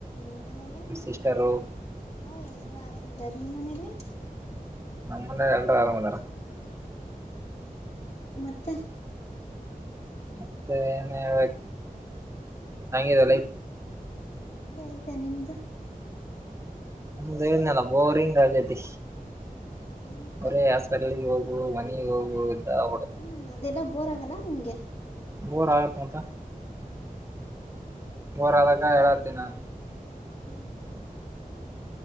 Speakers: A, on the left; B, on the right.
A: ನಿಮ್ಮ್ ಮನೇಲಿ
B: ಸಿಸ್ಟರು
A: ಓ ಎಲ್ರುೂ ಆರಾಮದ ಇದಾರೆ ನಿಮ್ಮ್ ಮನೇಲಿ
B: ನಮ್ಮಂದ ಎಲ್ರ ಆರಾಮ್ ಅದಾರ
A: ಮತ್ತೆ
B: ಮತ್ತೆ ಏನ್ ಹೇಳ್ಬೇಕು ಹಂಗಿದೆ ಲೈಫ
A: ಹಂಗೆ ಆಯ್ತಾ ನಿಮ್ದು
B: ಹೇನಲ್ಲ ಬೋರಿಂಗ್ ಆಗೈ ತಿ
A: ಏನಕ್ಕೋ
B: ಅವರ ಯಸರ್ಲ್ಲಿಗ್ ಹೋಗು ಮನಿಗ್ ಹೋಗು ಇದಾಗ್ಬಿಡ
A: ಹ್ಮ್ ಅದೆಲ್ಲಾ ಬೋರ್ ಆಗಲ್ಲ ನಿಮ್ಗೆ
B: ಬೋರ್ ಆಕ್ ಮಟ ಬೋರ್ ಆದ ಆದಾಗ ಹೇಳಾತೀಿ ನಾನು
A: ಹ್ಮ್